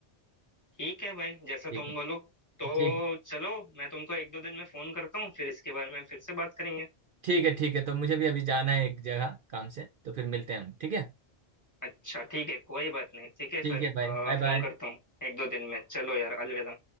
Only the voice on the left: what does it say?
ठीक है भाई जैसा
तुम
बोलो तो
चलो मैं तुमको एक दो दिन में फोन करता हूँ फिर इसके बारे में फिर से बात करेंगे
अच्छा ठीक है कोई बात नहीं ठीक है
फिर
अ,
फोन
करता हूँ एक दो दिन में चलो यार अलविदा